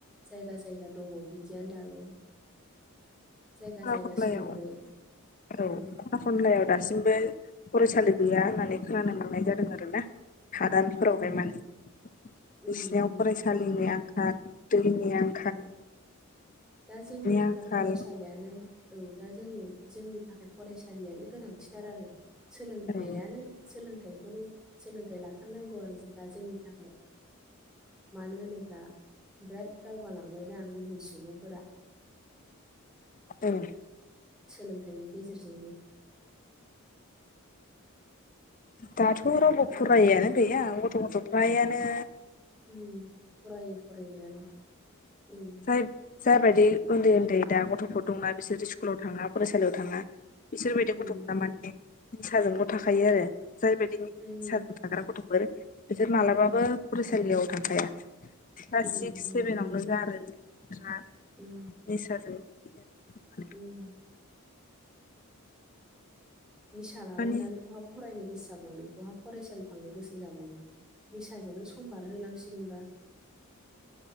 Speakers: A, in the centre; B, on the left.
A: जायगा जायगा दङ बिदियानो दाबो। जायगा
B: खना
A: जायगा
B: खनलायाव
A: सोलायबाय उम।
B: औ खना खनलायाव दासिमबो फरायसालि गैया होननानै खोनानो मोननाय जादों आरो ना। हादानफोराव
A: उम
B: हाय माने
A: उम
B: बिसिनायाव
A: उम
B: फरायसालिनि
A: नंगौ
B: आंखाल दैनि आंख
A: औ दा जोंनो
B: आंखाल
A: थाखाय फरायसालियानो। औ दा जोङो जोंनि थाखाय फरायसालियानो गोनांथि थार आरो सोलोंथाइयानो।
B: औ
A: सोलोंथाइखौनो सोलोंथाइ लाथारनांगौ आरो दा जोंनि थाखाय। मानो होनोब्ला बिराद दावगालांबायना गुबुन सुबुंफोरा।
B: उम
A: सोलोंथाइनि गेजेरजोंनो।
B: दाथ रावबो फरायैयानो गैया गथ' गथ' फ्रायानो।
A: उम फरायो फरायनायालाय उम।
B: ओनफाय जाय बायदि उन्दै उन्दै दा ग'थफोर दंना बिसोरो स्कुलाव थाङा फरायसालियाव थाङा। बिसोर बायदि
A: उम
B: ग'थफोरा माने निसाजोंल' थाखायो आरो जाय बायदि निसा
A: उम
B: थाग्रा ग'थफोर बिसोर मालाबाबो
A: उम
B: फरायसालियाव थांखाया। क्लास
A: उम
B: सिक्स
A: उम
B: सेभेनावनो
A: नंगौ
B: गारो <unintelligible>
A: उम
B: निसाजों। थायो आरो माने
A: उम निसा लाबाय
B: माने
A: नालाय बहा फरायनो गोसो जाबावनो बहा फरायसालियाव थांनो गोसो जाबावनो। निसाजोंनो सम बारहोलांसिगोनबा।